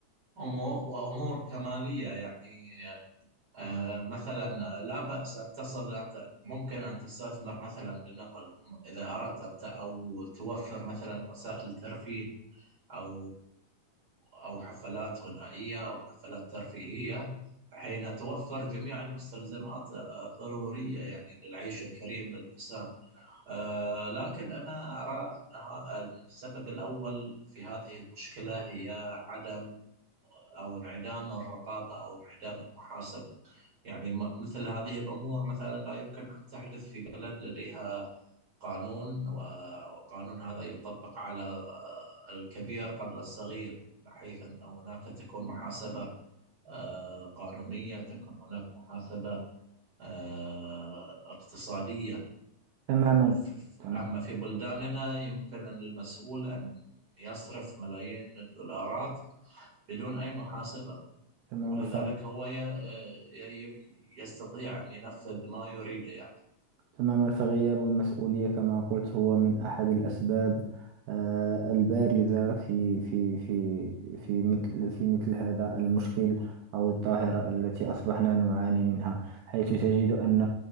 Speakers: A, on the right; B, on the right.
A: أمو- وأمور كمالية يعني آه، مثلا لا بأس أن تصل أنت ممكن أن تستثمر مثلا لنقل إذا أردت أنت أو توفر مثلا وسائل ترفيه أو أو حفلات غنائية أو حفلات ترفيهية حين توفر جميع المستلزمات الضرورية يعني للعيش الكريم للإنسان آه، لكن أنا أرى أنها أن السبب الأول في هذه المشكلة هي عدم أو انعدام الرقابة أو انعدام المحاسبة يعني م- مثل هذه الأمور مثلا لا يمكن أن تحدث في بلد لديها قانون و- وقانون هذا يطبق على آه، الكبير قبل الصغير بحيث أن هناك تكون محاسبة آه، قانونية تكون هناك محاسبة آه، اقتصادية
B: تماما
A: أما في
B: تمام
A: أما في بلداننا يمكن للمسؤول أن يصرف ملايين الدولارات بدون أي محاسبة
B: تماما
A: ولذلك هو ي- آه، ي- يستطيع أن ينفذ ما يريده يعني
B: تماما فغياب المسؤولية كما قلت هو من أحد الأسباب آه، البارزة في في في في مثل في مثل هذا المشكل أو الظاهرة التي أصبحنا نعاني منها حيث تجد أن